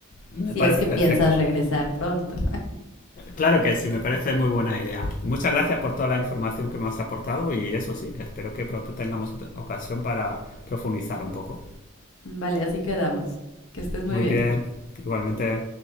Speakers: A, on the left; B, on the left.
A: Me
B: Si
A: parece
B: es que
A: perfecto.
B: piensas regresar pronto.
A: Claro que sí, me parece muy buena idea. Muchas gracias por toda la información que me has aportado y eso sí, espero que pronto tengamos otra ocasión para profundizar un poco.
B: <laughs> Vale, así quedamos. Que estés muy
A: Muy
B: bien.
A: bien, igualmente.